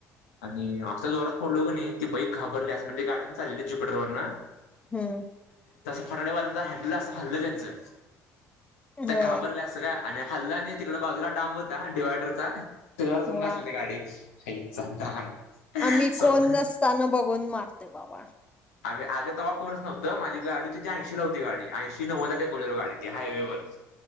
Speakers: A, on the left; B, on the left.
A: आणि असता जोरात पडलो की नाही ती बाई घाबरली अस म्हणजे गाडी चालली ज्युपिटरवर ना
B: हम
A: फटाडेवाजांचा हँडल असं हल्लं त्यांचं त्या
B: होय
A: घाबरलं असं का आणि हल्ला आणि तिकड बाजूला डांब होता डिवायडरचा त्याच्यावर जाऊून
B: वा
A: घासले ते गाडी आईचा दाना
B: आम्ही
A: सव
B: कोण नसताना बघून मारते बाबा
A: आम्ही आग तवा कोणच नव्हतं माझी गाडी तझी ऐंशी लाव होती गाडी ऐंशी नव्वदा टेकवलेल गडी ती हायवेवर